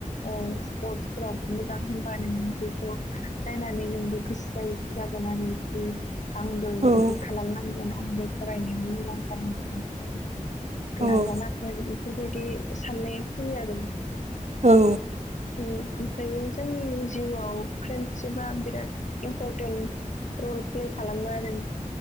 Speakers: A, on the left; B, on the right.
A: ओ स्पर्टसफोरावबो मोजां होनबा नोङो बेखौ नायनानै नोंबो गोसो जायो। जागोनानो इसे आंबो
B: औ
A: इदि खालामनांगोन आंबो फरायनायाव मोजां जानांगोन ओ
B: औ
A: नाजानांगोन इफोरबायदि साननाया फैयो आरो
B: औ
A: उम ओम ओमफ्रायनो जोंनि जिउआव फ्रेन्डसिपा बिराद इम्परटेन्ट रल फिल खालामो आरो